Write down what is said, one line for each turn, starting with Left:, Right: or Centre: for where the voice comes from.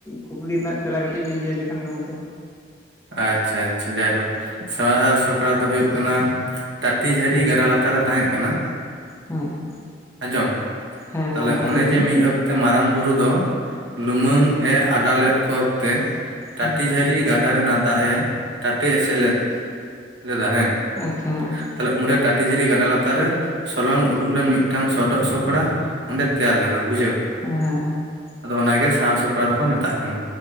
Left: ᱠᱩᱠᱞᱤ ᱨᱮᱱᱟᱜ ᱛᱮᱞᱟ ᱠᱟᱹᱴᱤᱡ ᱵᱤᱱ ᱞᱟᱹᱭ ᱞᱮᱠᱷᱟᱱ ᱜᱚᱝᱠᱮ
Right: ᱟᱪᱪᱷᱟ ᱟᱪᱪᱷᱟ ᱡᱟᱭᱦᱳᱠ ᱥᱟᱶᱟᱨ ᱥᱚᱠᱲᱟ ᱫᱚ ᱦᱩᱭᱩᱜ ᱠᱟᱱᱟ ᱴᱟᱴᱤ ᱡᱷᱟᱹᱨᱤ ᱜᱟᱸᱰᱟ ᱞᱟᱛᱟᱨ ᱨᱮ ᱛᱟᱦᱮᱸᱜ ᱠᱟᱱᱟ
Left: ᱦᱮᱸ
Right: ᱟᱸᱡᱚᱢ
Left: ᱦᱮᱸ
Right: ᱛᱟᱦᱚᱞᱮ
Left: ᱜᱚᱢᱠᱮ
Right: ᱚᱱᱮ
Left: ᱞᱟᱹᱭ
Right: ᱡᱮ
Left: ᱵᱤᱱ
Right: ᱢᱤᱫ ᱚᱠ ᱛᱮ ᱢᱟᱨᱟᱝ ᱵᱩᱨᱩ ᱫᱚ ᱞᱩᱢᱟᱹᱝ ᱮ ᱟᱰᱟ ᱞᱮᱫ ᱠᱚ ᱚᱠᱛᱮ ᱴᱟᱴᱤ
Left: ᱦᱮᱸ
Right: ᱡᱷᱟᱹᱨᱤ ᱜᱟᱸᱰᱟ ᱨᱮᱱᱟᱜ ᱫᱟᱜ ᱮ ᱴᱟᱴᱮ ᱮᱥᱮᱫ ᱞᱮᱫ ᱞᱮᱫᱟ ᱦᱮᱸ
Left: ᱟᱪᱪᱷᱟ ᱦᱮᱸ
Right: ᱛᱟᱦᱚᱞᱮ ᱚᱸᱰᱮ ᱴᱟᱴᱤ ᱡᱷᱟᱹᱨᱤ ᱜᱟᱸᱰᱟ ᱞᱟ ᱛᱟᱨ ᱨᱮ ᱥᱚᱞᱚᱝ ᱩᱰᱩᱜ ᱞᱮᱱ ᱢᱤᱫᱴᱟᱝ ᱥᱚᱰᱚᱜ ᱥᱚᱠᱲᱟ ᱚᱸᱰᱮ ᱛᱮᱭᱟᱨ ᱞᱮᱱᱟ ᱵᱩᱡᱷᱟᱹᱣ ᱾
Left: ᱦᱮᱸ ᱦᱮᱸ ᱦᱮᱸ ᱾
Right: ᱟᱫᱚ ᱚᱱᱟᱜᱮ ᱥᱟᱶᱟᱨ ᱥᱚᱠᱲᱟ ᱫᱚᱠᱚ ᱢᱮᱛᱟᱜ ᱠᱟᱱᱟ